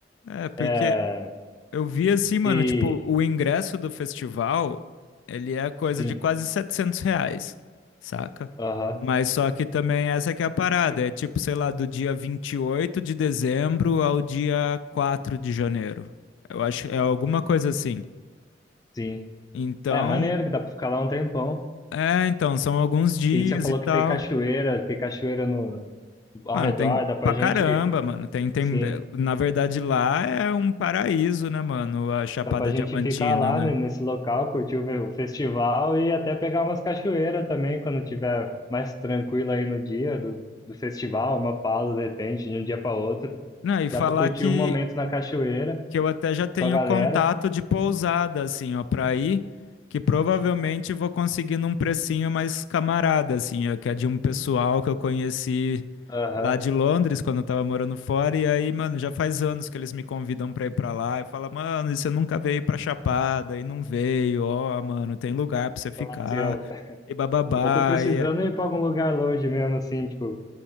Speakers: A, on the left (about 85°); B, on the left (about 20°).
A: É, porque
B: É.
A: Eu vi assim, mano,
B: E
A: tipo, o ingresso do festival, ele é coisa
B: sim,
A: de quase 700 reais, saca?
B: aham,
A: Mas só que também essa que é a parada,
B: e-
A: é tipo, sei lá, do dia 28 de dezembro ao dia 4 de janeiro. Eu acho, é alguma coisa assim.
B: sim.
A: Então,
B: É maneiro que dá pra ficar lá um tempão.
A: é, então, são alguns dias
B: E você falou
A: e tal.
B: que tem cachoeira, tem cachoeira no ao
A: Mano,
B: redor,
A: tem
B: dá pra
A: pra
B: gente,
A: caramba, mano. Tem, tem,
B: sim,
A: na verdade, lá é um paraíso, né, mano? A Chapada
B: dá pra gente
A: Diamantina,
B: ficar lá,
A: né?
B: né, nesse local, curtir o, ve- o festival e até pegar umas cachoeiras também quando tiver mais tranquilo aí no dia do, do festival, uma pausa de repente, de um dia para outro.
A: Não, e falar
B: Dá pra curtir
A: que
B: um momento na cachoeira
A: que eu até já tenho
B: com a galera.
A: contato de pousada, assim, ó, pra ir, que provavelmente vou conseguir num precinho mais camarada, assim, ó, que é de um pessoal que eu conheci
B: Aham.
A: lá de Londres, quando eu tava morando fora, e aí, mano, já faz anos que eles me convidam pra ir pra lá, e fala, mano, e você nunca veio pra Chapada, e não veio, ó, mano, tem lugar pra você ficar,
B: Falar assim, ó,
A: e bababá,
B: eu tô precisando
A: e... é-
B: ir pra algum lugar longe mesmo, assim, tipo.